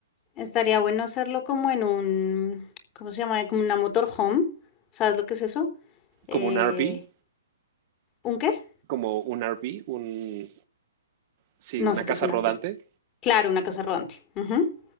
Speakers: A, on the left; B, on the right.
A: Estaría bueno hacerlo como en un, ¿cómo se llama? Como una motorhome, ¿sabes lo que es eso? Eh,
B: Como un RV,
A: ¿un qué?
B: como un RV, un, sí,
A: No
B: una
A: sé
B: casa
A: qué es un
B: rodante
A: RV. Claro, una casa rodante. Ujú.